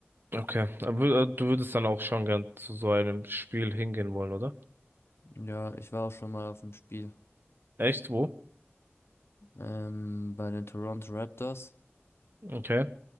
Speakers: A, on the right (about 50°); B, on the left (about 65°).
A: Okay. Aber, wür- äh, du würdest dann auch schon gern zu so einem Spiel hingehen wollen, oder?
B: Ja, ich war auch schon mal auf dem Spiel
A: Echt? Wo?
B: ähm, bei den Toronto Raptors
A: Okay.